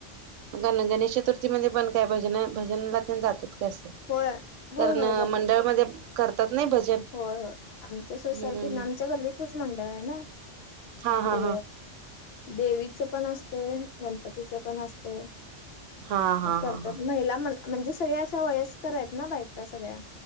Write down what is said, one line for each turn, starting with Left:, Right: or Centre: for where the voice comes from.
Right: गण-गणेश चतुर्थीमध्ये पण काय भजन भजनला तेन जातेत का असं?
Left: होय होय
Right: कारण
Left: होय जातात
Right: मंडळमध्ये करतात नाही भजन.
Left: होय होय आमच्या सोसायटीत,
Right: हम्म
Left: आमच्या गल्लीतच मंडळ आहे ना. मग
Right: हा हा
Left: ते
Right: हा
Left: देवीचं पण असतंय, गणपतीचं पण असतंय.
Right: हा हा
Left: मग करत्यात
Right: हा हा
Left: महिला म म्हणजे सगळ्या अशा वयस्कर आहेत ना बायका सगळ्या.